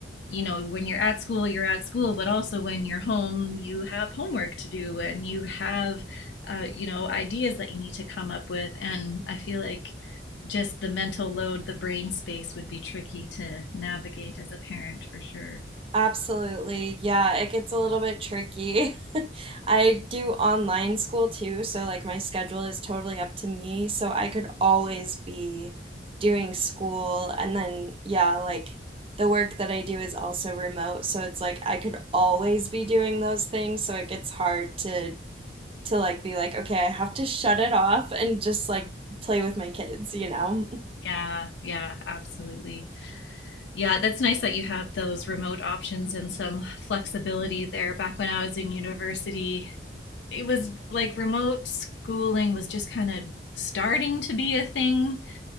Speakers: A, on the left; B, on the right.
A: you know, when you're at school, you're at school, but also when you're home, you have homework to do and you have, uh, you know, ideas that you need to come up with. And I feel like just the mental load, the brain space would be tricky to navigate as a parent for sure.
B: Absolutely. Yeah, it gets a little bit tricky. <laughs> I do online school too, so like my schedule is totally up to me. So I could always be doing school. And then, yeah, like the work that I do is also remote. So it's like I could always be doing those things. So it gets hard to to like be like, okay, I have to shut it off and just like play with my kids, you know?
A: Yeah, yeah, absolutely. Yeah, that's nice that you have those remote options and some flexibility there. Back when I was in university, it was like remote schooling was just kind of starting to be a thing